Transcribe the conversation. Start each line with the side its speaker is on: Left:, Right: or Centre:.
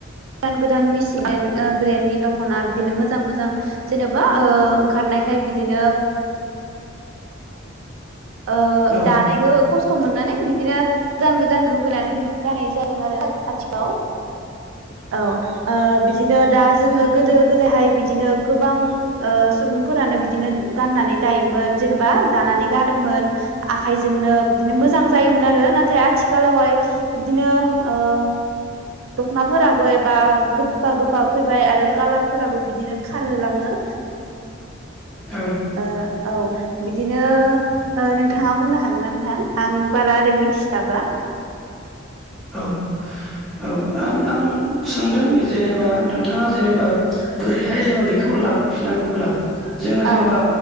Right: गोदान गोदान मिसिन ओ ब्रेन्डनि दख'ना बिदिनो मोजां मोजां जेन'बा ओ ओंखारनायखाय बिदिनो ओ
Centre: औ
Right: दानायखौ खस्थ मोननानै बिदिनो गोदान गोदान लुगैनानै बिदि गानाय जादों आरो आथिखालाव औ ओ बिदिनो दा जोंङो गोदो गोदायहाय बिदिनो गोबां ओ सुबुंफोरानो बिदिनो गाननानै दायोमोन जेनेबा दानानानै गानोमो मोन आखाइजोंनो बिदिनो मोजां जायोमोन आरो नाथाय आथिखालावहाय बिदिनो ओ ओ दखनाफोराबो एबा गोबा गोबा फैबाय आरो कालारफोराबो बिदिनो खारहोलाङो
Centre: <inaudible> औ
Right: ओ औ बिदिनो ओ नोंथांङा बुंनो हागोनना नोंथां आं बारा ओरै मिथिस्लाबा
Centre: औ औ आं आं सोंदों जों जेनेबा नोंथांङा जेनेबा बोरैहाय जोंङो बेखौ लाबोफिननांगौब्ला जोंङो जेनेबा
Right: औ